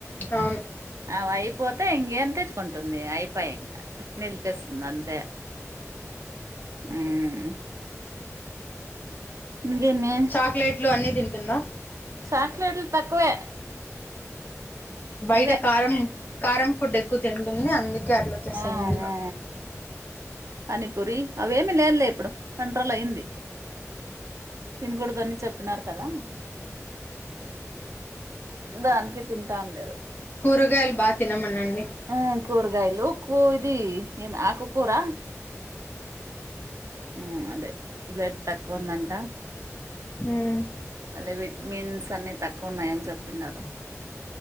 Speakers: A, on the left; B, on the right.
A: అవును
B: అవి అయిపోతే ఇంకేం తెచ్చుకుంటుంది అయిపోయి ఇంకా నిలిపేస్తుంది అంతే హ్మ్ ఇంకేమి
A: చాక్లెట్లు అన్ని తింటుందా
B: చాక్లట్లు తక్కువే
A: బయట
B: ఇవే
A: కారం కారం ఫుడ్ ఎక్కువ తింటుంది అందుకే అట్లా వచ్చేస్తాయేమో
B: ఆ
A: ఇంకా
B: ఆ పానిపూరి అవి ఏమిలేదులే ఇప్పుడు కంట్రోల్ అయింది తినకూడదని చెప్పినారు కదా దానికి తింటాం లేదు
A: కూరుగాయలు బా తినమనండి
B: ఆ కూరగాయలు కో ఇది ఆకు కూరా హ్మ్ అదే బ్లడ్ తక్కువ ఉందంటా
A: హ్మ్
B: మళ్ళీ విటమిన్స్ అన్ని తక్కువ ఉన్నాయని చెప్తున్నారు